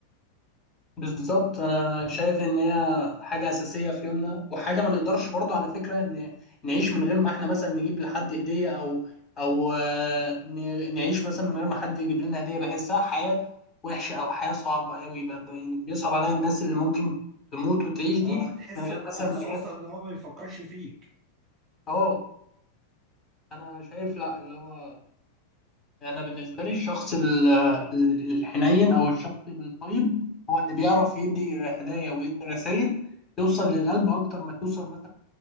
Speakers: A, on the left; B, on the right.
A: بالظبط انا شايف ان هي حاجه اساسيه في يومنا وحاجه ما نقدرش برضو على فكره ان نعيش من غير ما احنا مثلا نجيب لحد هديه او او آه، ن- نعيش مثلا من غير ما حد يجيب لنا هديه بحسها حياه وحشه او حياه صعبه قوي ب- ب- يعني بيصعب عليا الناس اللي ممكن تموت وتعيش دي
B: اه تحس
A: من غير مثلا
B: تحسه
A: ما يجيب
B: اصلا ان هو ما بيفكرش فيك
A: اه انا شايف لا اللي هو يعني أنا بالنسبة لي الشخص ال- ال- الحنين أو الشخص الطيب هو اللي بيعرف يدي هدايا ويدي رسائل توصل للقلب أكتر ما توصل مثلا